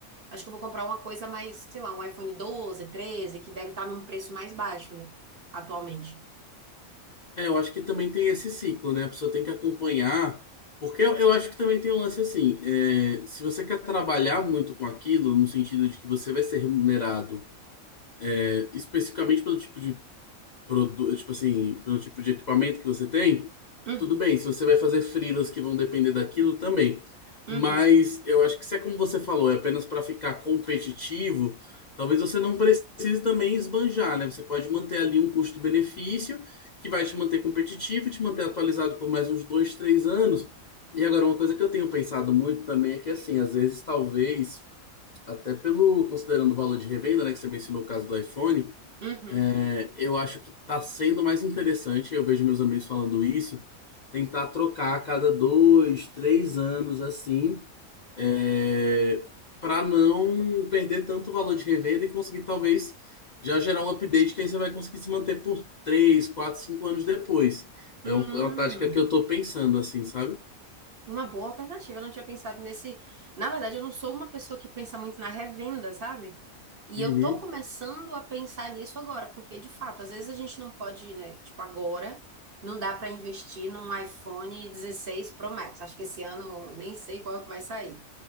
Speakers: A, on the right; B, on the left.
A: Acho que eu vou comprar uma coisa mais, sei lá, um iPhone 12 13 que deve estar num preço mais baixo, né? Atualmente.
B: É, eu acho que também tem esse ciclo, né? A pessoa tem que acompanhar, porque eu, eu acho que também tem um lance assim, é, se você quer trabalhar muito com aquilo, no sentido de que você vai ser remunerado, é, especificamente pelo tipo de produ- tipo assim, pelo tipo de equipamento que você tem,
A: Uhum,
B: tudo bem. Se você vai fazer freelas que vão depender daquilo também.
A: uhum,
B: Mas eu acho que se é como você falou, é apenas para ficar competitivo, talvez você não precise também esbanjar, né? Você pode manter ali um custo-benefício que vai te manter competitivo, te manter atualizado por mais uns dois, três anos. E agora, uma coisa que eu tenho pensado muito também é que, assim, às vezes, talvez, até pelo, considerando o valor de revenda, né, que você mencionou o caso do iPhone,
A: uhum.
B: é, Eu acho que tá sendo mais interessante, eu vejo meus amigos falando isso, tentar trocar a cada dois, três anos assim, é, para não perder tanto valor de revenda e conseguir talvez já gerar um update que aí você vai conseguir se manter por três, quatro, cinco anos depois.
A: Hum.
B: É um- é uma tática que eu tô pensando assim, sabe?
A: Uma boa alternativa. Eu não tinha pensado nesse. Na verdade, eu não sou uma pessoa que pensa muito na revenda, sabe? E
B: Uhum,
A: eu tô começando a pensar nisso agora, porque de fato, às vezes a gente não pode, né? Tipo, agora não dá para investir num iPhone 16 Pro Max. Acho que esse ano nem sei qual que vai sair.